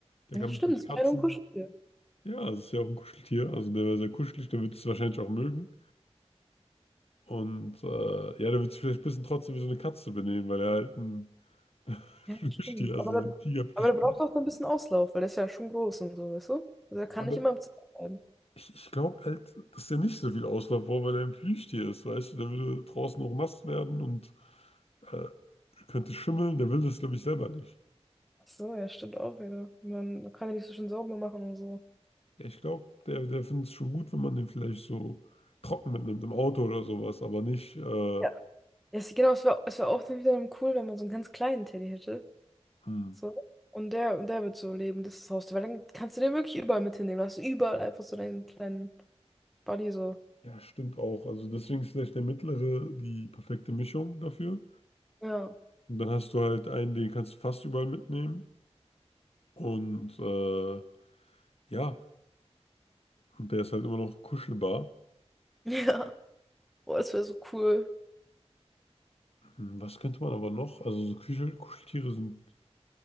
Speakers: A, on the left; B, in the centre.
A: Der
B: Ja,
A: kann
B: stimmt,
A: mich nicht
B: das
A: kratzen.
B: war ja nur ein Kuscheltier.
A: Ja, es ist ja auch ein Kuscheltier. Also der wäre sehr kuschelig, der würde es wahrscheinlich auch mögen. Und äh, ja, der wird sich vielleicht ein bisschen trotzdem wie so eine Katze benehmen, weil er halt ein <laughs>
B: Ja,
A: Plüschtier,
B: stimmt.
A: also
B: Aber
A: so ein
B: der,
A: Tiger-Plüschtier
B: aber der braucht
A: ist.
B: auch so ein bisschen Auslauf, weil der ist ja schon groß und so, weißt du? Also er kann
A: Aber
B: nicht immer im Zimmer bleiben.
A: ich, ich glaube halt, dass der nicht so viel Auslauf braucht, weil er ein Plüschtier ist, weißt du? Der würde draußen auch nass werden und äh, könnte schimmeln. Der will das, glaube ich, selber nicht.
B: Ach so, ja, stimmt auch wieder. Man kann ja nicht so schön sauber machen und so.
A: Ja, ich glaube, der, der findet es schon gut, wenn man den vielleicht so trocken mitnimmt im Auto oder sowas, aber nicht. Äh,
B: Ja. Ja, es- genau, es wäre es wär auch dann wieder cool, wenn man so einen ganz kleinen Teddy hätte.
A: hm.
B: So. Und der, und der wird so leben, das ist das Haustier. Weil dann kannst du den wirklich überall mit hinnehmen. Dann Hast du überall einfach so deinen kleinen Buddy so.
A: Ja, stimmt auch. Also deswegen ist vielleicht der mittlere die perfekte Mischung dafür.
B: Ja.
A: Und dann hast du halt einen, den kannst du fast überall mitnehmen. Und äh, ja, und der ist halt immer noch kuschelbar.
B: <laughs> Ja. Boah, das wäre so cool.
A: Hm, Was könnte man aber noch? Also so Kuschel, Kuscheltiere sind